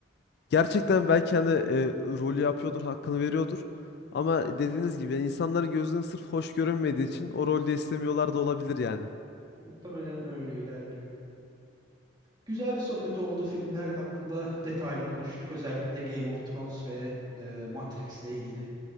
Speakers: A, on the left; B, on the right.
A: gerçekten belki hani e, rolü yapıyordur, hakkını veriyordur. Ama dediğiniz gibi yani insanların gözüne sırf hoş görünmediği için o rolde istemiyorlar da olabilir yani.
B: muhtemelen öyle ilerliyor. Güzel bir sohbet oldu. Filmler hakkında detaylı konuştuk. Özellikle Game of Thrones ve e, Matrix ile ilgili.